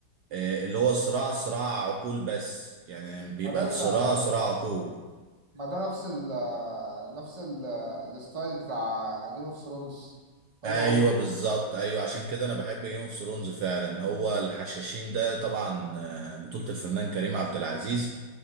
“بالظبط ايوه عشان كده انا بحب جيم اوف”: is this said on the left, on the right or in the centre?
Right